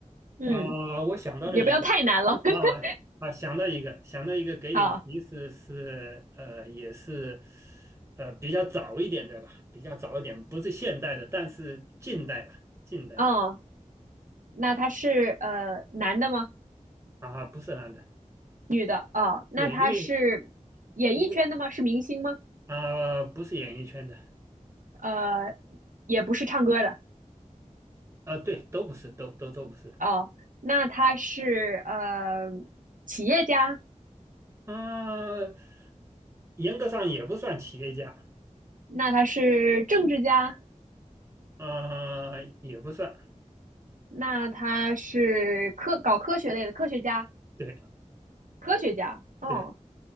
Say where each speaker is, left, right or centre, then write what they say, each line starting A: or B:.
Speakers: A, on the right (about 80°); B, on the right (about 20°).
A: 嗯，
B: 啊，我想到了一个，
A: 也不要太难了。<laughs>
B: 啊啊，想到一个，想到一个，给点提示是，
A: 好，
B: 呃，也是，呃，比较早一点的吧，比较早一点，不是现代的，但是近代吧，近代吧，
A: 哦，那他是呃男的吗？
B: 啊，不是男的，
A: 女的？哦，那他是演艺圈的吗？
B: 对，因为因为
A: 是明星吗？
B: 啊，不是演艺圈的，
A: 呃，也不是唱歌的。
B: 啊，对，都不是，都都都不是，
A: 哦，那他是呃企业家？
B: 啊，严格上也不算企业家，
A: 那他是政治家？
B: 啊，也不算，
A: 那他是科搞科学类的科学家？
B: 对
A: 科学家？哦，
B: 对，